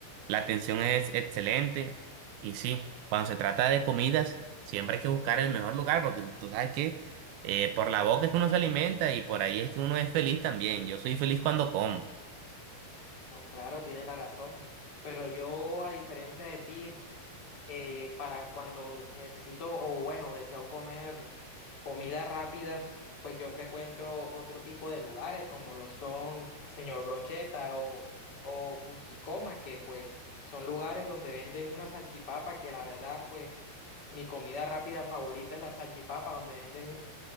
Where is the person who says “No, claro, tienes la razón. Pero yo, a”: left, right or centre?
Left